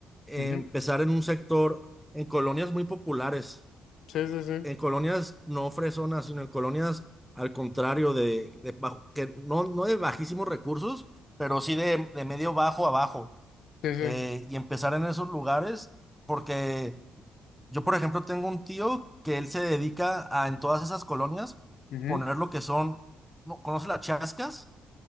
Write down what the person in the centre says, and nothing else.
empezar
en un sector, en colonias muy populares,
en colonias no fresonas, sino en colonias al contrario de, de bajo- que no, no de bajísimos recursos, pero sí de, de medio bajo a bajo.
eh, y empezar en esos lugares porque... Yo, por ejemplo, tengo un tío que él se dedica a en todas esas colonias
poner lo que son, ¿no? conoce las chascas?